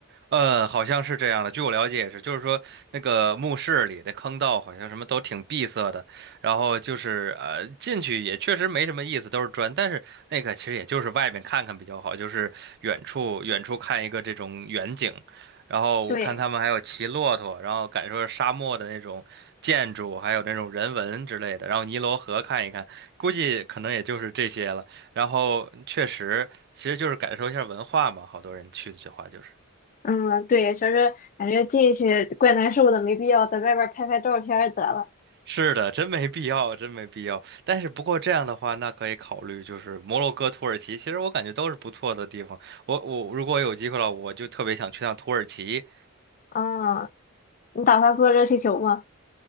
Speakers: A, on the right; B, on the left.
A: 呃，好像是这样的。据我了解也是，就是说那个墓室里的坑道好像什么都挺闭塞的，然后就是呃进去也确实没什么意思，都是砖。但是那个其实也就是外面看看比较好，就是远处远处看一个这种远景。然后我看他们还有骑骆驼，
B: 对。
A: 然后感受沙漠的那种建筑，还有那种人文之类的。然后尼罗河看一看，估计可能也就是这些了。然后确实，其实就是感受一下文化嘛，好多人去的话就是。
B: 嗯，对，确实感觉进去怪难受的，没必要在外边儿拍拍照片儿得了。
A: 是的，真没必要，真没必要。但是不过这样的话，那可以考虑就是摩洛哥、土耳其，其实我感觉都是不错的地方。我我如果有机会了，我就特别想去趟土耳其。
B: 啊，你打算做热气球吗？